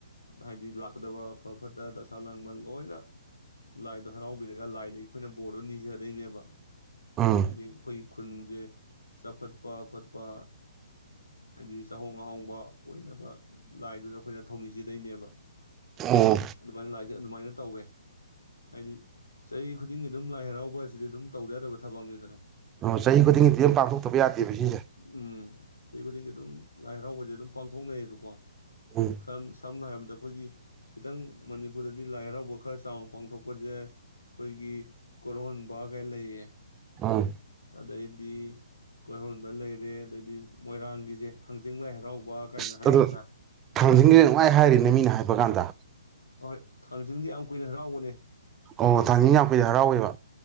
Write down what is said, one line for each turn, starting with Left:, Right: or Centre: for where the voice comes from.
Left: ꯍꯥꯏꯗꯤ ꯂꯥꯛꯀꯗꯕ ꯑꯐꯕ ꯐꯠꯇ ꯗꯁꯥ ꯂꯥꯡꯃꯟ ꯂꯣꯏꯅ ꯂꯥꯏꯗꯣ ꯍꯔꯥꯎꯕꯤꯔꯒ ꯂꯥꯏꯗꯒꯤ ꯑꯩꯈꯣꯏꯅ ꯕꯣꯔꯗꯣ ꯅꯤꯖꯗꯣꯏꯅꯦꯕ
Right: ꯎꯝ
Left: ꯍꯥꯏꯗꯤ ꯑꯩꯣꯏ ꯈꯨꯟꯁꯦ ꯆꯥꯎꯈꯠꯄ ꯈꯣꯠꯄ ꯍꯥꯏꯗꯤ ꯆꯍꯣꯡ ꯑꯍꯣꯡꯕ ꯑꯣꯏꯅꯕ ꯂꯥꯏꯗꯨꯗ ꯑꯩꯈꯣꯏꯅ ꯊꯧꯅꯤꯖꯗꯣꯏꯅꯦꯕ
Right: ꯑꯣ
Left: ꯑꯗꯨ ꯃꯅꯤ ꯂ ꯗ ꯑꯗꯨꯃꯥꯏꯅ ꯇꯧꯋꯦ ꯍꯥꯏꯗꯤ ꯆꯍꯤ ꯈꯨꯗꯤꯡꯒꯤ ꯑꯗꯨꯝ ꯂꯥꯏ ꯍꯔꯥꯎꯕ ꯍꯥꯏꯁꯤꯗꯤ ꯑꯗꯨꯝ ꯇꯧ ꯌꯥꯗꯕ ꯊꯕꯛꯅꯤꯗꯅ
Right: ꯑꯣ ꯆꯍꯤ ꯈꯨꯗꯤꯡꯒꯤꯗꯤ ꯑꯗꯨꯝ ꯄꯥꯡꯊꯣꯛꯇꯕ ꯌꯥꯗꯦꯕ ꯁꯤꯁꯦ
Left: ꯎꯝ ꯆꯍꯤ ꯈꯨꯗꯤꯡꯒꯤ ꯑꯗꯨꯝ ꯂꯥꯏ ꯍꯔꯥꯎꯕꯁꯦ ꯑꯗꯨꯝ ꯄꯥꯡꯊꯣꯛꯅꯩꯌꯦꯕꯀꯣ
Right: ꯎꯝ
Left: ꯈ ꯁꯝꯅ ꯍꯥꯏ ꯑꯩꯈꯣꯏꯒꯤ ꯈꯤꯇꯪ ꯃꯅꯤꯄꯨꯔꯗꯗꯤ ꯂꯥꯏ ꯍꯔꯥꯎꯕ ꯈꯔ ꯆꯥꯎꯅ ꯄꯥꯡꯊꯣꯛꯄꯁꯦ ꯑꯩꯈꯣꯏꯒꯤ ꯀꯣꯔꯍꯣꯟꯕ ꯀꯥꯏ ꯂꯩꯌꯦ
Right: ꯑꯥ
Left: ꯑꯗꯩꯗꯤ ꯀꯣꯏꯔꯣꯟꯕ ꯂꯩꯔꯦ ꯑꯗꯩꯗꯤ ꯃꯣꯏꯔꯥꯡꯒꯤꯁꯦ ꯊꯥꯡꯖꯤꯡ ꯂꯥꯏ ꯍꯔꯥꯎꯕ ꯀꯥꯏꯅ
Right: ꯑꯁ
Left: ꯍꯥꯏꯔꯤꯗꯅ
Right: ꯑꯗꯣ ꯊꯥꯡꯖꯟꯒꯦ ꯅꯨꯡꯉꯥꯏ ꯍꯥꯏꯔꯤꯅꯦ ꯃꯤꯅ ꯍꯥꯏ ꯐꯕꯒꯥꯟꯗ
Left: ꯍꯣꯏ ꯊꯥꯡꯖꯤꯡꯗꯤ ꯌꯥꯝ ꯀꯨꯏꯅ ꯍꯔꯥꯎꯕꯅꯦ
Right: ꯑꯣ ꯊꯥꯡꯖ ꯌꯥꯝꯄꯩꯗ ꯍꯔꯥꯎꯋꯦꯕ